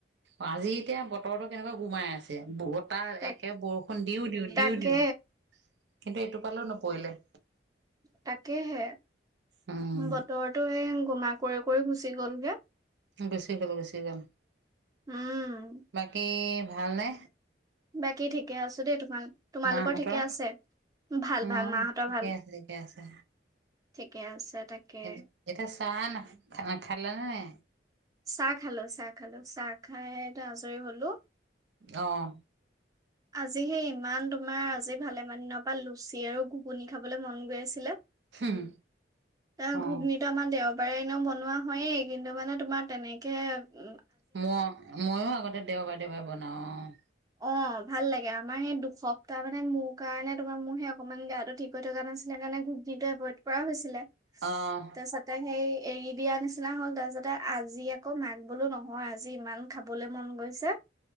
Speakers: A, on the right; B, on the right.
A: আজি এতিয়া বতৰটো কেনেকুৱা গোমাই আছে বহুত
B: তাক
A: একে বৰষুণ দিও দিওঁ
B: তাকে
A: দিও দিওঁ কিন্তু এইটোপালেও নপৰিলে
B: তাকেহে
A: উম
B: বতৰটো সেই গোমা কৰি কৰি গুচি গ'লগে
A: গুচি গল গুচি গল
B: উম
A: বাকী ভাল নে?
B: বাকী ঠিকে আছো দেই তোমাৰ তোমালোকৰ
A: মাহঁতৰ
B: ঠিকে আছে ভাল
A: মা
B: ভাল মাহঁতৰ
A: ঠিকে
B: ভাল
A: আছে ঠিকে আছে
B: ঠিকে আছে তাকে
A: এটা এতিয়া চাহ ন খালে নে নাই
B: চাহ খালো চাহ খালো চাহ খাই আজৰি হলো
A: আহ
B: আজি সেই ইমান তোমাৰ আজি ভালেমান দিনৰ পৰা লুচি আৰু ঘুগুনি খাবলৈ মন গৈ আছিলে
A: হুম,
B: তাৰ
A: অ',
B: ঘুগনীত আমাৰ দেও এবাৰ এনেও বনোৱা হয়য়েই কিন্তু মানে তোমাৰ তেনেকে উ
A: ম‌ই ময়ো আগতে দেওবাৰে দেওবাৰে বনাও অ
B: অ ভাল লাগে আমাৰ সেই দুসপ্তাহ মানে মোৰ কাৰণে তোমাৰ মোৰ সেই অকণমান গেয়াটো ঠিক হৈ থকা নাছিলে কাৰণে ঘূটনিটো এভইড কৰা হৈছিলে
A: অ',
B: তাৰ পাছত সেই এৰি দিয়া নিচিনা হ'ল তাৰ পিছতে আজি আকৌ মাক বোলো নহয় আজি ইমান খাবলে মন গৈছে